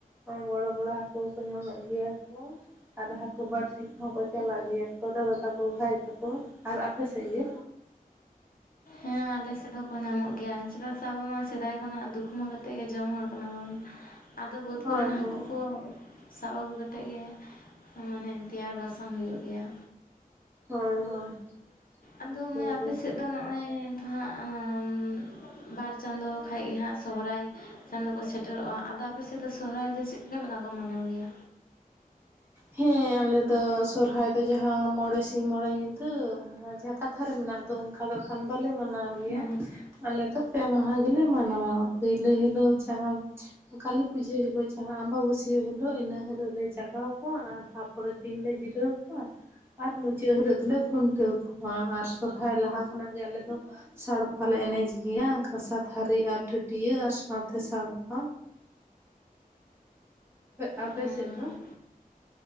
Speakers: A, on the right; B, on the left.
A: ᱵᱚᱲᱚ ᱵᱚᱲᱚ ᱦᱟᱹᱠᱩ ᱠᱚ ᱧᱟᱢᱚᱜ ᱜᱮᱭᱟ ᱠᱚᱼᱼ ᱟᱨ ᱦᱟᱹᱠᱩ ᱵᱟᱹᱲᱥᱤ ᱠᱚᱦᱚᱸ ᱠᱚ ᱪᱟᱞᱟᱜ ᱜᱮᱭᱟ ᱠᱚ ᱫᱟᱫᱟ ᱛᱟᱠᱚᱼᱼ ᱵᱷᱟᱭ ᱛᱟᱠᱚ ᱟᱨ ᱟᱯᱮ ᱥᱮᱫ ᱜᱮᱼᱼ
B: ᱦᱮᱸ ᱟᱞᱮ ᱥᱮᱫ ᱦᱚᱸᱠᱚ ᱧᱟᱢᱚᱜ ᱜᱮᱭᱟ ᱪᱮᱫᱟᱜ ᱥᱮ ᱟᱵᱚ ᱢᱟ ᱥᱮᱫᱟᱭ ᱠᱷᱚᱱᱟᱜ ᱫᱩᱠᱷ ᱦᱚᱸ ᱠᱟᱛᱮᱜ ᱜᱮ ᱡᱚᱢ ᱦᱚᱲ ᱠᱟᱱᱟ ᱵᱚᱱ ᱟᱫᱚ ᱵᱟᱹᱫᱽ
A: ᱦᱳᱭ
B: ᱠᱚᱨᱮᱱ ᱦᱟᱹᱠᱩ
A: ᱦᱳᱭ
B: ᱠᱚ ᱥᱟᱵ ᱟᱹᱜᱩ ᱠᱟᱛᱮᱜ ᱜᱮ ᱢᱟᱱᱮ ᱛᱮᱭᱟᱨ ᱵᱟᱥᱟᱝ ᱦᱩᱭᱩᱜ ᱜᱮᱭᱟ।
A: ᱦᱳᱭ ᱦᱳᱭ ᱩᱱᱠᱩ
B: ᱟᱫᱚ ᱢᱟᱹᱭ ᱟᱯᱮᱥᱮᱫ
A: ᱜᱮ
B: ᱫᱚ ᱱᱚᱜᱼᱚᱭ ᱛᱚ ᱦᱟᱸᱜ ᱟᱸᱻ ᱵᱟᱨ ᱪᱟᱸᱫᱳ ᱠᱷᱟᱡ ᱜᱮ ᱦᱟᱸᱜ ᱥᱚᱦᱚᱨᱟᱭ ᱪᱟᱸᱫᱳ ᱠᱚ ᱥᱮᱴᱮᱨᱚᱜᱼᱟ ᱟᱫᱚ ᱟᱯᱮᱥᱮᱫ ᱫᱚ ᱥᱚᱦᱚᱨᱟᱭ ᱫᱚ ᱪᱮᱫ ᱞᱮᱠᱟ ᱠᱚ ᱢᱟᱱᱟᱣ ᱜᱮᱭᱟ?
A: ᱦᱮᱸ ᱟᱞᱮ ᱫᱚ ᱥᱚᱨᱦᱟᱭ ᱫᱚ ᱡᱟᱦᱟᱸ ᱢᱚᱬᱮ ᱥᱤᱧ ᱢᱚᱬᱮ ᱧᱤᱫᱟᱹ ᱱᱚᱣᱟ ᱡᱟᱦᱟᱸ ᱠᱟᱛᱷᱟ ᱨᱮ ᱢᱮᱱᱟᱜ ᱫᱚ ᱚᱱᱠᱟ ᱫᱚ ᱠᱷᱟᱱ ᱵᱟᱞᱮ ᱢᱟᱱᱟᱣ ᱜᱮᱭᱟ
B: ᱦᱮᱸ
A: ᱟᱞᱮ ᱫᱚ ᱯᱮ ᱢᱟᱦᱟ ᱜᱮᱞᱮ ᱢᱟᱱᱟᱣᱟ ᱯᱳᱭᱞᱳ ᱦᱤᱞᱳᱜ ᱡᱟᱦᱟᱸ ᱠᱟᱞᱤ ᱯᱩᱡᱟᱹ ᱦᱤᱞᱳᱜ ᱡᱟᱦᱟᱸ ᱟᱢᱵᱟᱵᱟᱹᱥᱭᱟᱹ ᱦᱤᱞᱳᱜ ᱤᱱᱟᱹ ᱦᱤᱞᱳᱜ ᱞᱮ ᱡᱟᱜᱟᱣ ᱠᱚᱣᱟ ᱟᱨ ᱛᱟᱯᱚᱨᱮ ᱫᱤᱱ ᱞᱮ ᱡᱤᱨᱟᱹᱣ ᱠᱚᱣᱟ ᱟᱨ ᱢᱩᱪᱟᱹᱫ ᱦᱤᱞᱳᱜ ᱫᱚᱞᱮ ᱠᱷᱩᱱᱴᱟᱹᱣ ᱠᱚᱣᱟ ᱟᱨ ᱥᱚᱨᱦᱟᱭ ᱞᱟᱦᱟ ᱠᱷᱚᱱᱟᱜ ᱜᱮ ᱟᱞᱮ ᱫᱚ ᱥᱟᱲᱯᱟ ᱞᱮ ᱮᱱᱮᱡ ᱜᱮᱭᱟ ᱠᱟᱸᱥᱟ ᱛᱷᱟᱹᱨᱤ ᱟᱨ ᱴᱟᱹᱴᱭᱟᱹ ᱟᱨ ᱥᱟᱶᱛᱮ ᱥᱟᱲᱯᱟ ᱟᱯᱮ ᱟᱯᱮᱥᱮᱫ
B: ᱦᱮᱸ
A: ᱫᱚ?